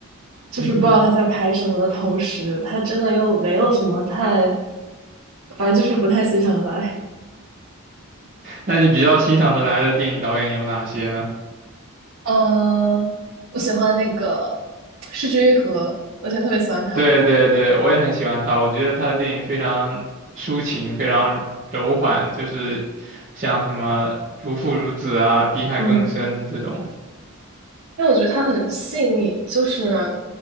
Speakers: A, on the right (about 75°); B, on the right (about 35°).
A: 就是不知道他在拍什么的同时，
B: <laughs>
A: 他真的又没有什么太，反正就是不太欣赏得来。
B: 那你比较欣赏的来的电影导演有哪些呢？
A: <laughs> 嗯、我喜欢那个《失之愈合》，我以前特别喜欢他。
B: 对对对，我也很喜欢他，我觉得他的电影非常抒情，非常柔缓，就是像什么《如父如子》啊，《比海更深》这种。
A: 嗯，因为我觉得它很细腻，就是